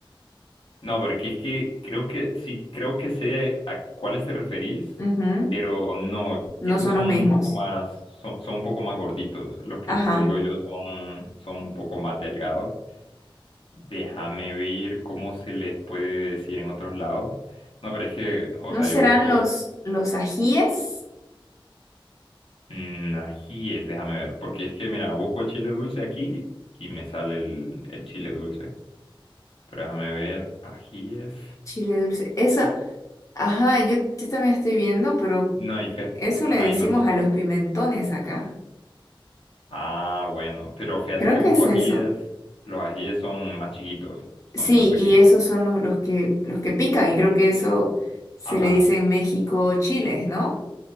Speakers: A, on the left; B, on the left.
A: No, porque es que creo que sí, creo que sé a cuáles te referís,
B: Ujú,
A: pero no,
B: No
A: esos
B: son
A: son
B: los mismos.
A: un poco más, son, son un poco más gorditos. Los que
B: Ajá.
A: te digo yo son, son un poco más delgados. Déjame ver cómo se les puede decir en otros lados. No, pero es que, o
B: ¿No
A: sea,
B: serán
A: yo busco
B: los, los ajíes?
A: mm, ajíes, déjame ver, porque es que, mira, busco chile dulce aquí y me sale el, el chile dulce. Pero déjame ver, ajíes.
B: Chile dulce. Eso, ajá, yo, yo también estoy viendo, pero
A: No, y fe.
B: eso
A: Ay,
B: le decimos
A: no.
B: a los pimentones acá.
A: Ah, bueno, pero fíjate
B: Creo
A: que
B: que
A: busco
B: es
A: ajíes,
B: eso.
A: los ajíes son más chiquitos,
B: Sí,
A: son más pequeñitos.
B: y esos son los, los que, los que pican, y creo que eso se
A: Ajá,
B: le dice en México chiles, ¿no?